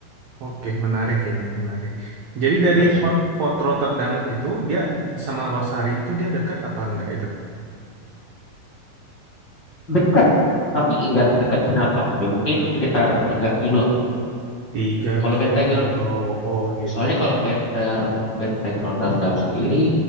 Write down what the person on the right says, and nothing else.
Oke, menarik ini, menarik. Jadi dari
Fort, Fort Rotterdam itu dia sama Losari itu dia dekat apa enggak itu?
Tiga
kilo,
oh gitu.